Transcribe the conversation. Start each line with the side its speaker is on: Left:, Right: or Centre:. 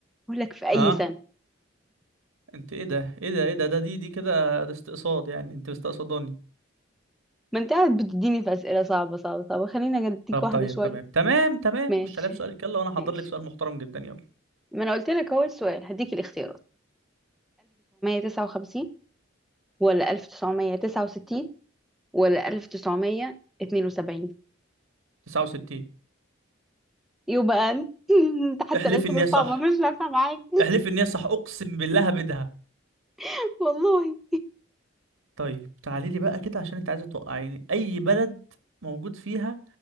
Centre: هقولك في اي
Right: اه
Centre: سنة
Right: انت ايه ده ايه ده ايه ده ده دي دي كده ده استقصاد يعني انت مستقصداني
Centre: ما انت قاعد بتديني في اسئلة صعبة صعبة صعبة خليني اديك
Right: طب
Centre: واحدة
Right: طيب
Centre: شوية
Right: تمام تمام تمام
Centre: ماشي
Right: خش عليا بسؤالك يلا وانا هحضر
Centre: ماشي
Right: لك سؤال محترم جدا يلا
Centre: ما انا قلت لك اهو السؤال هديك الاختيارات 1959 ولا 1969 ولا 1972
Right: 69
Centre: يبقى انت <laughs> انت حتى
Right: احلفي
Centre: الاسئلة
Right: ان هي
Centre: الصعبة
Right: صح
Centre: مش نافعة معاك
Right: احلفي ان هي صح اقسم بالله هبدها
Centre: <laughs> والله
Right: طيب تعالي لي بقى كده عشان انت عايزه توقعيني اي بلد موجود فيها